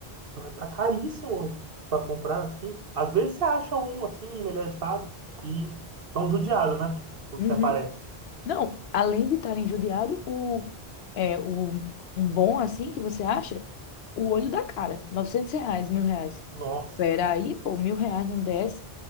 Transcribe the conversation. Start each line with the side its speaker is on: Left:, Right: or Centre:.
Right: Tá tá caríssimo pra comprar, assim. Às vezes você acha um, assim, em melhor estado e tão judiado, né? Os
Left: Uhum.
Right: que aparecem.
Left: Não, além de estar injuriado, o, é, o, um bom assim que você acha, o olho da cara, 900 reais, mil reais.
Right: Nossa.
Left: Pera aí, pô, mil reais não desce